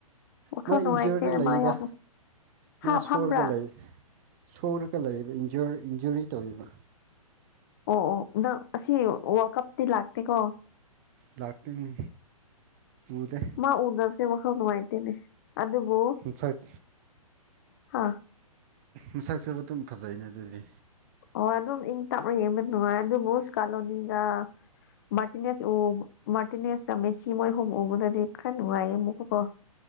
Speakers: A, on the left; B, on the right.
A: ꯋꯥꯈꯜ
B: ꯃꯥ
A: ꯅꯨꯡꯉꯥꯏꯇꯦ
B: ꯢꯟꯖꯔꯗ ꯂꯩꯗ
A: ꯃꯥ ꯌꯥꯎꯗ
B: ꯃꯥ
A: ꯍꯥ
B: ꯁꯣꯔꯒ
A: ꯐꯝꯕ꯭ꯔꯥ
B: ꯂꯩ ꯁꯣꯔꯒ ꯂꯩꯕ ꯏꯟꯖ꯭ꯌꯨꯔ ꯏꯟꯖꯨꯔꯤ ꯇꯧꯔꯤꯕ
A: ꯑꯣ ꯑꯣ ꯅꯪ ꯑꯁꯤ ꯋꯥꯔꯜꯀꯞꯇꯤ ꯂꯥꯛꯇꯦꯀꯣ
B: ꯂꯥꯛꯇ꯭ꯔꯤ ꯎꯗꯦ
A: ꯃꯥ ꯎꯗꯕꯁꯦ ꯋꯥꯈꯜ ꯅꯨꯡꯉꯥꯏꯇꯦꯅꯦ ꯑꯗꯨꯕꯨ
B: ꯃꯁꯛ
A: ꯍꯥ
B: ꯃꯁꯛꯁꯨ ꯑꯗꯨꯝ ꯐꯖꯩꯅꯦ ꯑꯗꯨꯗꯤ
A: ꯑꯣ ꯑꯗꯨꯝ ꯏꯪ ꯇꯞꯔ ꯌꯦꯡꯕ ꯅꯨꯡꯉꯥꯏ ꯑꯗꯨꯕꯨ ꯏꯁꯀꯥꯂꯣꯅꯤꯒ ꯃꯥꯔꯇꯤꯅꯦꯁ ꯎ ꯃꯥꯔꯇꯤꯅꯦꯁꯀ ꯃꯦꯁꯤ ꯃꯣꯏꯍꯨꯝ ꯎꯕꯗꯗꯤ ꯈꯔ ꯅꯨꯡꯉꯥꯏꯌꯦ ꯑꯃꯨꯛꯀꯀꯣ <inaudible>